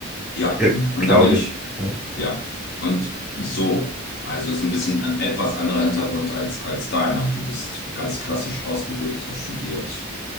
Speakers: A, on the left (about 50°); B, in the centre.
A: Ja,
B: Ja,
A: und
B: glaube
A: dann bin ich
B: ich. Ja.
A: ja, und so, also ist ein bisschen ein etwas anderer Hintergrund als, als deiner. Du bist ganz klassisch ausgebildet, hast studiert